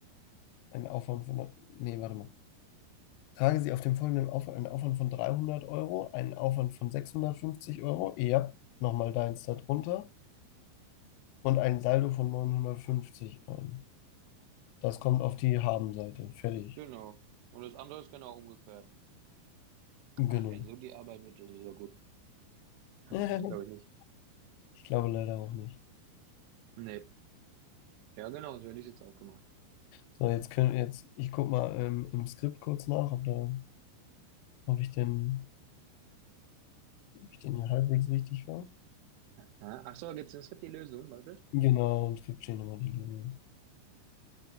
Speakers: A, on the left; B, on the right.
A: ein Aufwand von, nee, warte mal. Tragen Sie auf dem folgenden Aufwand einen Aufwand von 300 Euro, einen Aufwand von 650 Euro, ja, nochmal deins darunter und einen Saldo von 950 ein. Das kommt auf die Habenseite, fertig.
B: genau. Und das andere ist genau umgekehrt.
A: Genau.
B: Ach, wenn so die Arbeit wird, das ist ja gut.
A: <laughs>
B: Aber ich glaube nicht.
A: Ich glaube leider auch nicht.
B: Nee. Ja, genau, so hätte ich es jetzt auch gemacht.
A: So, jetzt können jetzt, ich guck mal ähm, im Skript kurz nach, ob da, ob ich den, ob ich den hier halbwegs richtig war.
B: Ja, ach so, gibt's im Skript die Lösung, wirklich?
A: Genau, und Skript stehen nochmal die Lösung.